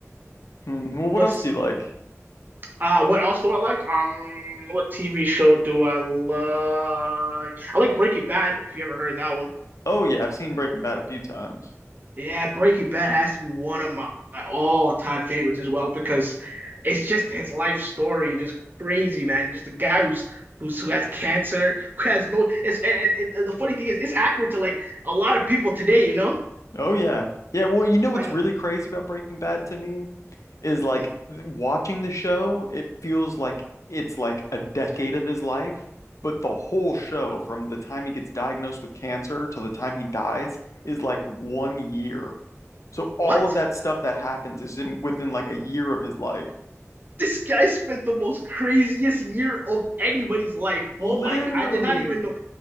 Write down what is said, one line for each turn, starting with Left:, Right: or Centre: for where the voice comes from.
Left: Hmm. Well,
Right: What's
Left: what else do you like?
Right: uh what else do I like? Um what TV show do I like? I like Breaking Bad, if you ever heard of that one.
Left: Oh yeah, I've seen Breaking Bad a few times.
Right: Yeah, Breaking Bad has to be one of my, my all-time favorites as well because it's just his life story, just crazy, man. Just a guy who's who's who has cancer, who has no. It's and, and, and the funny thing is, it's accurate to like a lot of people today. You know,
Left: Oh yeah. Yeah, well, you know what's
Right: like
Left: really crazy about Breaking Bad to me is like
Right: mhm,
Left: th- watching the show, it feels like it's like a decade of his life, but the whole show from the time he gets diagnosed with cancer to the time he dies is like one year. So
Right: what?
Left: all of that stuff that happens is in within like a year of his life.
Right: This guy spent the most craziest year of anybody's life.
Left: Literally.
Right: Oh my God, I did not even know.